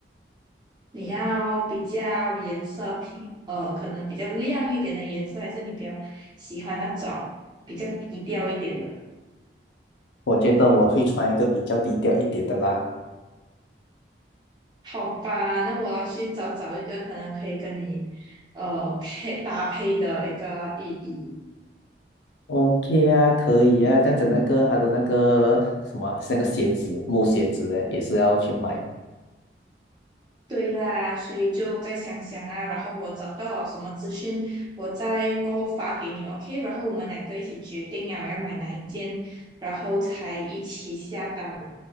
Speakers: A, on the right; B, on the left.
A: 你要比较颜色偏，呃，可能比较亮一点的颜色，还是你比较喜欢那种比较低调一点的？
B: 我觉得我会穿一个比较低调一点的啦。
A: 好吧，那我要去找找一个可能可以跟你，呃，配搭配的一个意义。
B: OK 啊，可以啊，这样子那个他的那个什么，是那个鞋子木鞋子诶，也是要去买。
A: 对啦，所以就再想想啊，然后我找到了什么资讯，我再过后发给你，OK？然后我们两个一起决定啊，我要买哪一件，然后才一起下单，